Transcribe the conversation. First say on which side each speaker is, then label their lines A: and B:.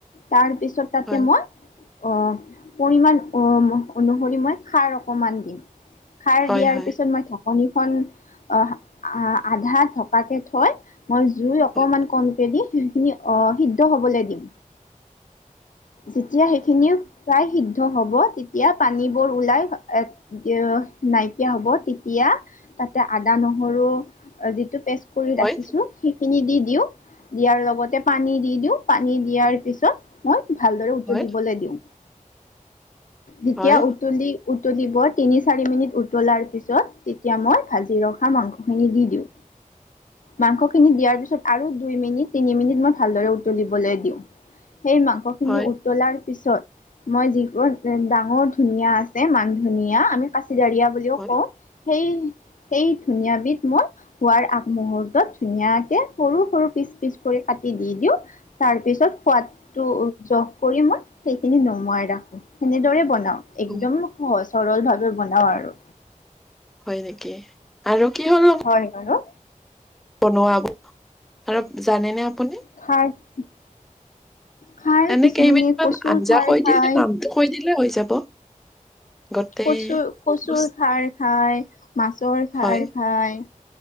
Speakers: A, on the left; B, in the centre.
A: তাৰপিছত তাতে
B: হয়
A: মই অ', পৰিমান অনুসৰি মই খাৰ অকণ অকমাণ মান দিম, খাৰ
B: হয়
A: দিয়াৰ
B: হয়
A: পিছত মই ঢাকনি খন আহ, আধা ঢকাকে থৈ মই জুই অকমান
B: হয়
A: কমকে দি সেইখিনি অ', সিদ্ধ হ'বলৈ দিম। যেতিয়া সেইখিনি প্ৰায় সিদ্ধ হ'ব তেতিয়া পানীবোৰ ওলাই এ এ নাইকিয়া হ'ব তেতিয়া তাতে আদা নহৰু যিটো পেষ্ট কৰি
B: হয়
A: ৰাখিছো। সেইখিনি দিওঁ দিয়াৰ লগতে পানী দি দিওঁ, পানী দিয়াৰ পিছত মই ভালদৰে উতলিবলৈ
B: হয়
A: দিওঁ, যেতিয়া
B: হয় হয় হয় হয়
A: উতলি উতলিব তিনি চাৰি মিনিট উতলাৰ পিছত, তেতিয়া মই ভাজি ৰখা মাংস মাংস দি দিওঁ, মাংস খিনি দিয়াৰ পিছত আৰু দুই মিনিট তিনি মিনিট মই ভালদৰে উতলিবলৈ দিওঁ, সেই মাংসখিনি
B: হয়
A: উতলাৰ পিছত মই যিবোৰ ডাঙৰ ধনিয়া আছে মান ধনিয়া আমি কাচিডাৰিয় বুলিও
B: হয়
A: কওঁ
B: হয়
A: সেই সেই ধনিয়া বিধ মই খোৱাৰ আগমহূুৰ্তত ধুনীয়াকে সৰু সৰু পিচ পিচ কৰি কাটি দি দিওঁ। তাৰ পিছত সোৱাদটো জহ কৰি মই সেইখিনি নুমুৱাই ৰাখো সনেদৰে বনাও। একদম
B: হয়
A: সহজ সৰল ভাৱে বনাও আৰু।
B: হয়, নেকি আৰু কিহৰ
A: হয় বাৰু।
B: বনোৱাব আৰু জানেনে আপুনি?
A: <unintelligible> খাৰ
B: এনে
A: কিছুমানে
B: কেইবিধ মান
A: কচুৰ
B: আঞ্জা
A: খাৰ
B: কৈ
A: খায়
B: দিলে নামটো কৈ দিলে হৈ যাব। গোটেই
A: কচু-কচুৰ
B: বচ-
A: খাৰ খায়, মাছৰ খাৰ
B: হয়
A: খায়।